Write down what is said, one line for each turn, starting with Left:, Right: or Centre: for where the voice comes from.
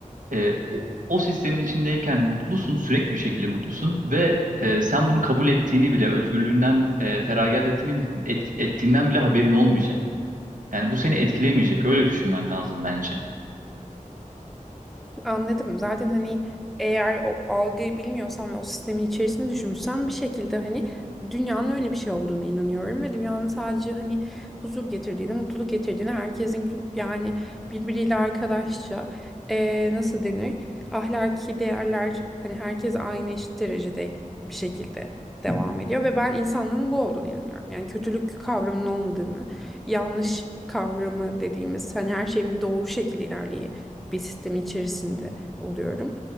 Right: e, o, o sistemin içindeyken mutlusun, sürekli bir şekilde mutlusun ve e, sen bunu kabul ettiğini bile, özgürlüğünden e, feragat ettiğini bile- et- ettiğinden bile haberin olmayacak. Yani bu seni etkilemeyecek. Öyle düşünmen lazım bence.
Centre: Anladım. Zaten hani eğer o algıyı bilmiyorsan ve o sistemin içerisinde düşünmüşsen bir şekilde hani dünyanın öyle bir şey olduğunu inanıyorum ve dünyanın sadece hani huzur getirdiğini, mutluluk getirdiğini, herkesin gün- yani birbiriyle arkadaşça eee, nasıl denir? Ahlaki değerler hani herkes aynı eşit derecede bir şekilde devam ediyor ve ben insanlığın bu olduğunu inanıyorum. Yani kötülük kavramının olmadığını, yanlış kavramı dediğimiz hani her şeyin doğru şekilde ilerleyi bir sistemin içerisinde oluyorum.